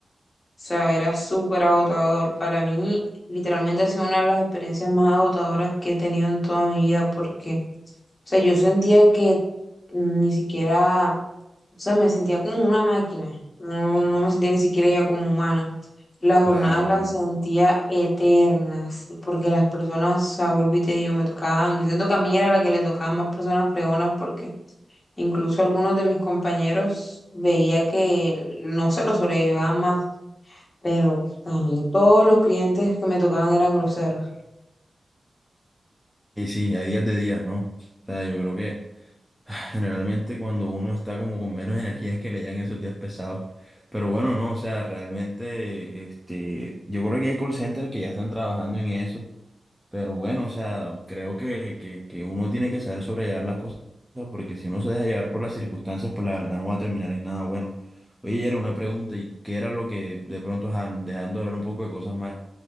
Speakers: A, on the left; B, in the centre.
A: O sea, era súper agotador. Para mí, literalmente ha sido una de las experiencias más agotadoras que he tenido en toda mi vida porque, o sea, yo sentía que ni siquiera, o sea, me sentía como una máquina. No, no me sentía ni siquiera ya como humana. Las jornadas
B: Claro,
A: las
B: claro.
A: sentía eternas, porque las personas, o sea, vuelvo y te digo, me tocaban, yo siento que a mí era la que le tocaban más personas fregonas, porque incluso algunos de mis compañeros veía que no se lo sobrellevaban más, pero a mí todos los clientes que me tocaban eran groseros.
B: Y sí, hay días de días, ¿no? O sea, yo creo que generalmente cuando uno está como con menos energía es que le llegan esos días pesados. Pero bueno, no, o sea, realmente, este, yo creo que hay call centers que ya están trabajando en eso. Pero bueno, o sea, creo que, que, que uno tiene que saber sobrellevar las cosas porque si uno se deja llevar por las circunstancias, pues la verdad no va a terminar en nada bueno. Oye, era una pregunta, ¿y qué era lo que de pronto, ajá, dejando de hablar un poco de cosas malas,